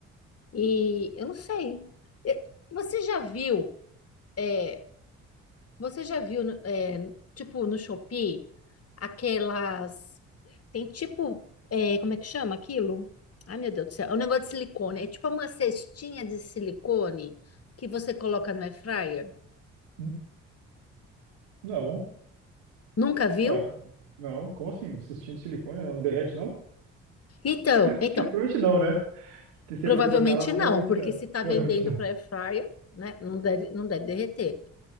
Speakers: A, on the left (about 40°); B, on the right (about 70°).
A: E eu não sei. Eh, Você já viu, eh, você já viu, eh, tipo, no Shopee, aquelas, tem tipo, eh, como é que chama aquilo? Ai, meu Deus do céu, é um negócio de silicone, é tipo uma cestinha de silicone que você coloca no air fryer.
B: Hum, Não,
A: Nunca viu?
B: ué, não, como assim? Cistinho de silicone não derrete, não?
A: Então,
B: <laughs> Acho
A: então,
B: que provavelmente não, né? Se você
A: Provavelmente
B: é pra colocar lá, provavelmente
A: não, porque
B: não.
A: se está
B: Provavelmente
A: vendendo
B: não.
A: para air fryer, né, não deve, não deve derreter.